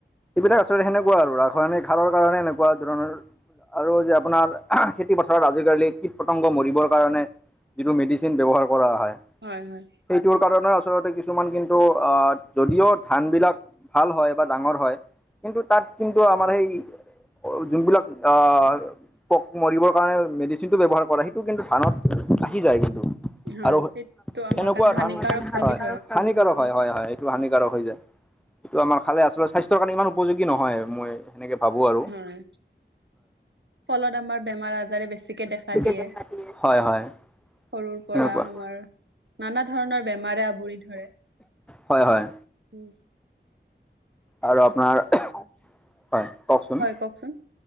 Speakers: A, in the centre; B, on the right.
A: এইবিলাক আচলতে সেনেকুৱা আৰু ৰাসায়নিক সাৰৰ কাৰণে এনেকুৱা ধৰণৰ আৰু যে, আপোনাৰ খেতি পথাৰত আজিকালি কীট-পতংগ মৰিবৰ কাৰণে যিবোৰ মেডিচিন ব্যৱহাৰ কৰা হয়।
B: হয়, হয়।
A: সেইটোৰ কাৰণে আচলতে কিছুমান কি, ন্তু আহ যদিও ধান বিলাক ভাল হয় বা ডাঙৰ হয়, কিন্তু তাত কিন্তু আমাৰ সেই যোনবিলাক আহ পক মৰিবৰ কাৰণে মেডিচিনটো ব্যৱহাৰ কৰে সেইটো কিন্তু ধানত আহি যায় কিন্তু।
B: হয়
A: আৰু
B: সেইটো আমাৰ
A: সেনেকুৱা
B: কাৰণে হানিকাৰক
A: ধান হয়,
B: চাবিধ
A: হানিকাৰক হয়, হয়, হয়, এইটো হানিকাৰক হৈ যায়। এইটো আমাৰ খালে আচলতে স্বাস্থ্যৰ কাৰণে, ইমান উপযোগী নহয়, মই সেনেকে ভাবো আৰু।
B: হয় ফলত আমাৰ বেমাৰ আজাৰে বেছিকে দেখা দিয়ে
A: <unintelligible> হয়, হয়।
B: সৰুৰ পৰা
A: সেনেকুৱা
B: আমাৰ নানা ধৰণৰ বেমাৰে আৱৰি ধৰে।
A: হয়, হয়।
B: উম।
A: আৰু আপোনাৰ, হয়, কওকচোন!
B: হয় কওকচোন!